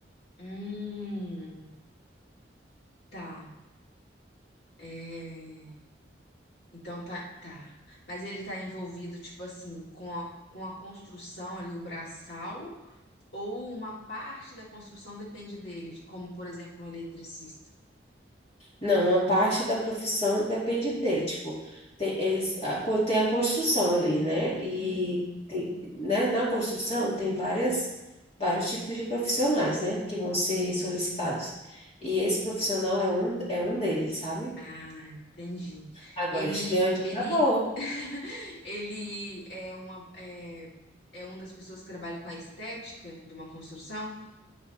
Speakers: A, on the left (about 60°); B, on the left (about 35°).
A: Hum, tá. É, Então tá, tá. Mas ele tá envolvido, tipo assim, com a, com a construção ali, o braçal, ou uma parte da construção depende dele, de como, por exemplo, um eletricista.
B: Não, uma parte da profissão depende dele. Tipo, tem, eles a, co- tem a construção ali, né? E
A: Uhum.
B: tem, né, na construção tem várias, vários tipos de profissionais, né? Que vão ser solicitados. E esse profissional é um, é um deles, sabe?
A: Ah, entendi.
B: Agora
A: Ele,
B: eu te dei uma dica
A: ele,
B: boa.
A: <laughs> ele é uma, é, é uma das pessoas que trabalha com a estética de uma construção?